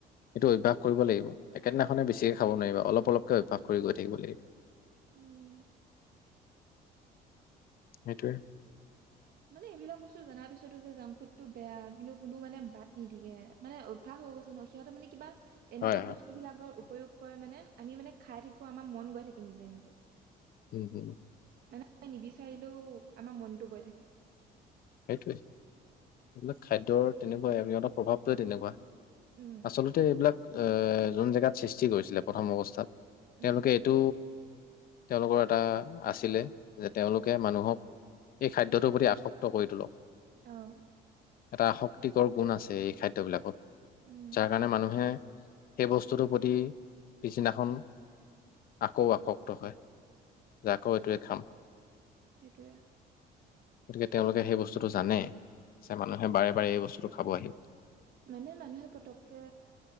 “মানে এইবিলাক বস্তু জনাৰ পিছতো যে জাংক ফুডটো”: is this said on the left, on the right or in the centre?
Right